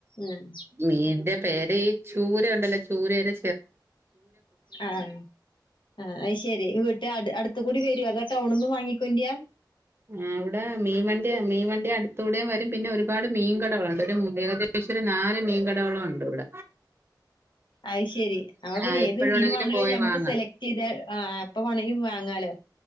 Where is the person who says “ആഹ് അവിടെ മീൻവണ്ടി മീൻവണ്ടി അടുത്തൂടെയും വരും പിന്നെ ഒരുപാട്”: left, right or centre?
Right